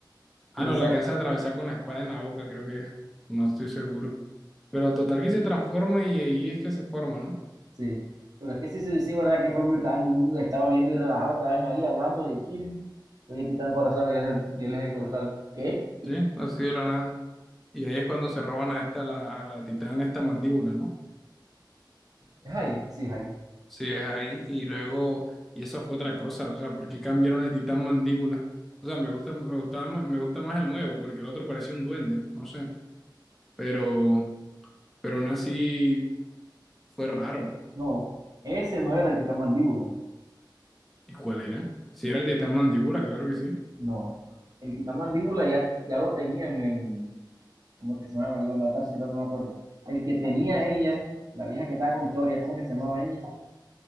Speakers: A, on the right; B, in the centre.
A: pero
B: Ah, no,
A: esa,
B: le alcanza a atravesar con la espada en la boca, creo que es. No estoy seguro. Pero total que se transforma y ahí es que se forma, ¿no?
A: sí, pero es que sí, sí, sí, verdad que fue muy random, estaba viendo y relajado, estaban ahí hablando de chill, soy el titán Corozal y él es el, y él es el Corozal, ¿qué?
B: Sí, así de la nada. Y ahí es cuando se roban a esta, la, a la titán, esta mandíbula, ¿no?
A: Es ahí, sí, es ahí.
B: Sí, es ahí. Y luego, y eso fue otra cosa, o sea, ¿por qué cambiaron el titán mandíbula? O sea, me gusta, me gustaba más, me gusta más el nuevo, porque el otro parecía un duende, no sé. Pero, pero aún así fue raro.
A: No, ese no era el titán mandíbula.
B: ¿Y cuál era? Si era el titán mandíbula, claro que sí.
A: No, el titán mandíbula ya, ya lo tenían en, ¿cómo que se llamaba? La, la otra ciudad, no me acuerdo. El que tenía ella, la vieja que estaba con Historia, ¿cómo que se llamaba ella?